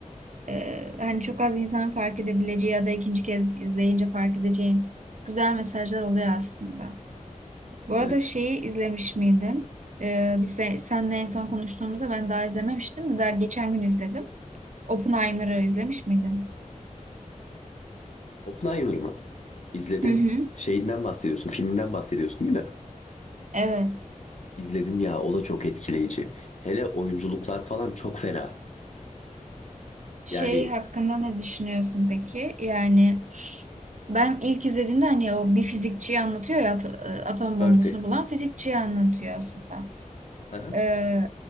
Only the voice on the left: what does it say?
Evet.
Oppenheimer mı? İzledim.
Şeyinden bahsediyorsun, filminden bahsediyorsun değil mi?
İzledim ya, o da çok etkileyici. Hele oyunculuklar falan çok fena.
Yani
Murphy.
Aha.